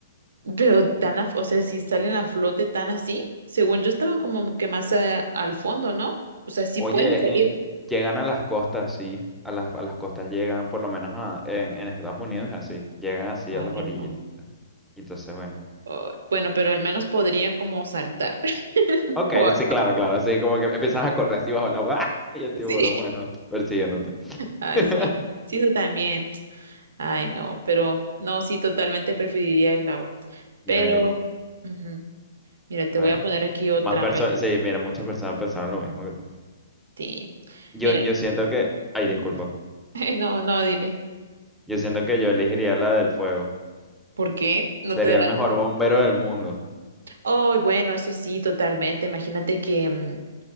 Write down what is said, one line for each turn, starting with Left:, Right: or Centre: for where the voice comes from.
Right: Pero tan, a- o sea, si salen a flote tan así, según yo estaban como que más eh, al fondo, ¿no? O sea, sí
Centre: Oye,
Right: pueden salir.
Centre: en- llegan a las costas, sí. A las, a las costas llegan, por lo menos a- en, en Estados
Right: Ujú.
Centre: Unidos, así. Llegan así
Right: Ay,
Centre: a las orillitas.
Right: no.
Centre: Entonces, bueno.
Right: Ay, bueno, pero al menos podría como saltar. <laughs>
Centre: Ok,
Right: o algo.
Centre: sí, claro, claro. Así como que empiezas a correr así bajo el agua. ¡ah! Y el tiburón,
Right: Sí.
Centre: bueno, persiguiéndote.
Right: Ay,
Centre: <laughs>
Right: sí. Sí, eso también. Ay, no, pero no, sí, totalmente preferiría el agua. Pero,
Centre: Mira, yo-
Right: ujú, Mira, te
Centre: a
Right: voy
Centre: ver.
Right: a poner aquí otra,
Centre: Más personas,
Right: a ver,
Centre: sí, mira, muchas personas pensaron lo mismo que tú.
Right: sí.
Centre: Yo,
Right: Mira,
Centre: yo siento que... Ay,
Right: ujú,
Centre: disculpa.
Right: <laughs> no, no, dime,
Centre: Yo siento que yo elegiría la del fuego.
Right: ¿por qué? No
Centre: Sería
Right: te da...
Centre: el mejor bombero del mundo.
Right: Oh, bueno, eso sí, totalmente. Imagínate que, mm,